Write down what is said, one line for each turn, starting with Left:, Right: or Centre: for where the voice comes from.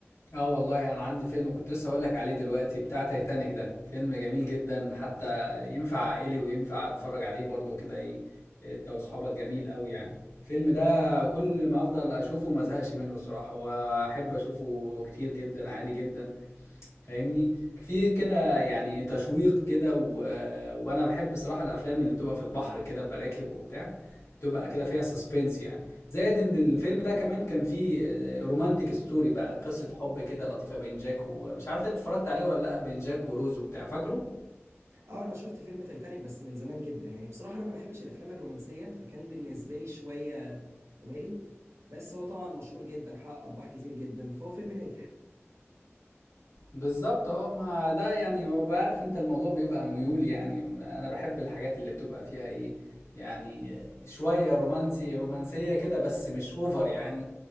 Left: اه والله انا عندي فيلم كنت لسه اقول لك عليه دلوقتي بتاع تايتانيك ده فيلم جميل جدا حتى ينفع عائلي وينفع اتفرج عليه برضه كده ايه انت واصحابك جميل قوي يعني الفيلم ده كل ما افضل اشوفه ما ازهقش منه الصراحة واحب اشوفه كتير جدا عادي جدا فاهمني في كده يعني تشويق كده و... وانا بحب بصراحه الافلام اللي بتبقى في البحر كده مراكب وبتاع بتبقى كده فيها سسبنس يعني زائد ان الفيلم ده كمان كان فيه رومانتك ستوري بقى قصه حب كده لطيفه بين جاك ومش عارف إنت اتفرجت عليه ولا لا بين جاك وروز وبتاع فاكره
Right: اه انا شفت فيلم تايتانيك بس من زمان جدا يعني بصراحة انا ما بحبش الافلام الرومانسية فكان بالنسبة لي شوية ممل بس هو طبعا مشهور جدا حقق ارباح كتير جدا فهو فيلم ناجح
Left: بالظبط اه ما ده يعني هو بعرف انت الموضوع بيبقى ميول يعني انا بحب الحاجات اللي بتبقى فيها ايه يعني شوية رومانسي رومانسية كده بس مش اوفر يعني